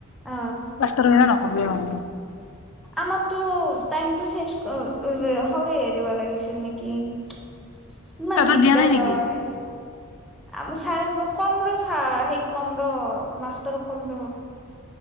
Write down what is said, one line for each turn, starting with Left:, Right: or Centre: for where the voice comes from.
Centre: অ
Left: বছ্ত ৰ য ন। অবমান।
Centre: আমাৰতো টাইমটো চেঞ্জ হ'লে দিব লাগিছিল নেকি ইমান
Left: তহঁতৰ
Centre: দিগদাৰ
Left: দিয়া নাই নেকি
Centre: হয়। আমাৰ চাই য কম ৰ চা সেই কম ৰ' মাস্তৰক কম ৰ'